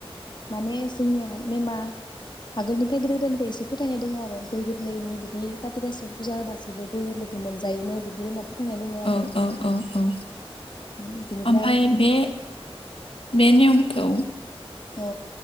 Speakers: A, on the left; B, on the left.
A: माने जोंनिया नेमा आगोलनिफ्राय गोदो गोदायनिफ्राय एसे फोथायनाय दङ आरो गय गोरलैनि बिदि खाथि गासा पुजा होबासो बे गय गोरलैखौ मोनजायोनो बिदि होनना फोथायनाय दोङ आरो
B: औ
A: बि
B: औ औ औ
A: बिनिफ्राय
B: ओमफ्राय बे बे नियमखौ
A: औ